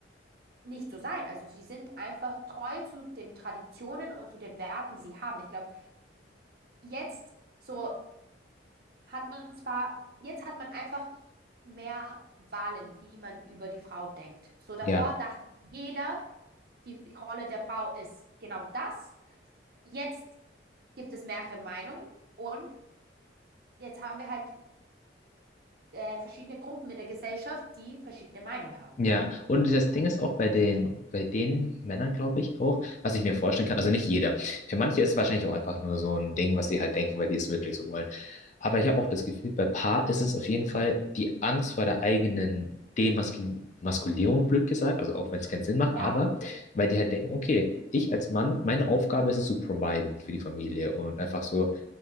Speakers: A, on the right (about 55°); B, on the left (about 40°).
A: nicht so sein. Also sie sind einfach treu zu den Traditionen und zu den Werten, die sie haben. Ich glaube, jetzt so hat man zwar, jetzt hat man einfach mehr Wahlen, wie man über die Frau denkt. So davor
B: ja.
A: dachte jeder die, die Rolle der Frau ist genau das. Jetzt gibt es mehrere Meinungen und jetzt haben wir halt äh, verschiedene Gruppen in der Gesellschaft, die verschiedene Meinungen haben.
B: Ja, und das Ding ist auch bei den, bei den Männern, glaube ich, auch, was ich mir vorstellen kann, also nicht jeder. Für manche ist es wahrscheinlich auch einfach nur so ein Ding, was die halt denken, weil die es wirklich so wollen. Aber ich habe auch das Gefühl, bei Paar ist es auf jeden Fall die Angst vor der eigenen Demaskulierung, blöd gesagt, also auch wenn es keinen Sinn macht,
A: Ja.
B: aber weil die halt denken, okay, ich als Mann, meine Aufgabe ist es zu providen für die Familie und einfach so